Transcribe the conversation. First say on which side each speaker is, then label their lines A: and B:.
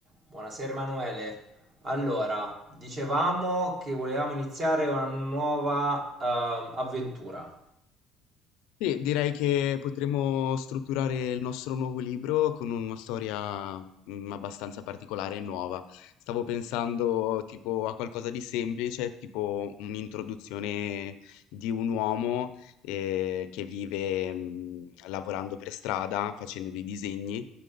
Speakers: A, on the right; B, on the left.
A: Buonasera Emanuele. Allora, dicevamo che volevamo iniziare una nuova ehm, avventura.
B: Sì, direi che potremmo strutturare il nostro nuovo libro con una storia, mm, abbastanza particolare e nuova. Stavo pensando tipo a qualcosa di semplice, tipo un'introduzione di un uomo eh, che vive mm, lavorando per strada, facendo dei disegni